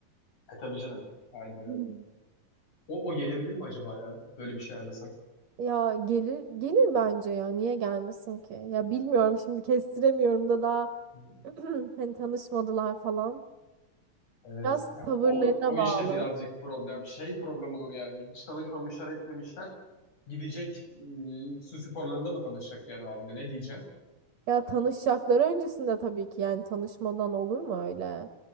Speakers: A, on the left; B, on the right.
A: E tabii canım. Aynen öyle.
B: <laughs>
A: O, o gelebilir mi acaba ya? Böyle bir şey ayarlasak.
B: Ya gelir gelir bence ya. Niye gelmesin ki? Ya bilmiyorum şimdi kestiremiyorum da daha
A: Hı,
B: <clears throat> hani tanışmadılar falan.
A: Evet.
B: Biraz
A: Yani
B: tavırlarına
A: o, o
B: bağlı.
A: işte birazcık problem. Şey problem olur yani. Hiç tanışmamışlar etmemişler. Gidecek e, su sporlarında mı tanışacak yani abine? Ne diyeceksin?
B: Ya tanışacakları öncesinde tabii ki yani tanışmadan olur mu öyle?